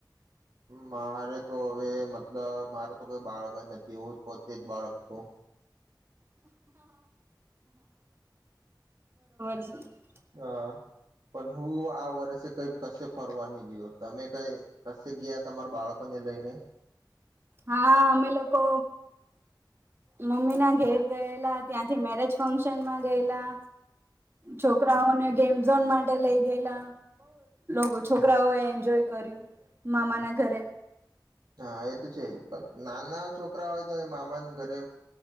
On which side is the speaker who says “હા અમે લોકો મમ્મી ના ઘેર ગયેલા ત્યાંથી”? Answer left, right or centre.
Right